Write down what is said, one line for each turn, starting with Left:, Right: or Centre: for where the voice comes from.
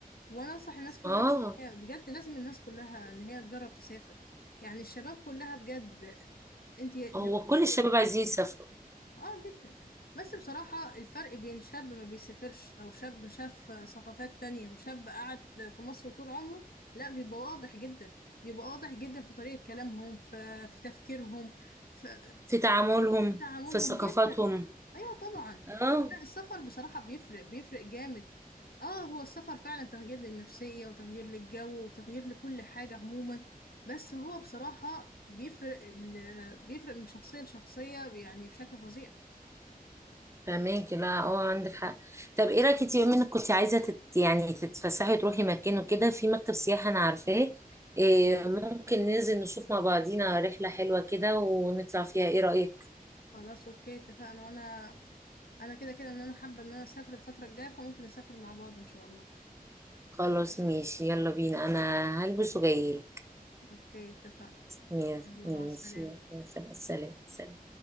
Left: وانا انصح الناس كلها
Right: اه
Left: إن هي- بجد لازم الناس كلها ان هي تجرب تسافر يعني الشباب كلها بجد انت لما
Right: هو كل
Left: تشوفي
Right: الشباب عايزين يسافروا
Left: اه جدا بس بصراحة الفرق بين شاب ما بيسافرش او شاب شاف ثقافات تانية وشاب قعد في مصر طول عمره لا بيبقى واضح جدا بيبقى واضح جدا في طريقة كلامهم في, في تفكيرهم في
Right: في تعاملهم
Left: في تعاملهم
Right: في ثقافاتهم
Left: جدا ايوه طبعا
Right: اه
Left: لا السفر بصراحة بيفرق بيفرق جامد اه هو السفر فعلا تغيير للنفسية وتغيير للجو وتغيير لكل حاجة عموما بس هو بصراحة بيفرق ال- بيفرق من شخصية لشخصية يعني بشكل فظيع
Right: فهماكي لا اه عندك حق طب ايه رايك انت بما انك كنت عايزه تت يعني تتفسحي وتروحي مكان وكده في مكتب سياحه انا عارفاه إيه ممكن ننزل نشوف مع بعضينا رحله حلوه كده ونطلع فيها ايه رايك
Left: خلاص اوكي اتفقنا وانا انا كده كده ان انا حابة ان انا اسافر الفترة الجاية فممكن نسافر مع بعض ان شاء الله
Right: خلاص ماشي يلا بينا انا هلبس وجايلك
Left: اوكي اتفقنا
Right: ماشي
Left: يلا
Right: ماشي
Left: مع السلامة
Right: يلا، سلام سلام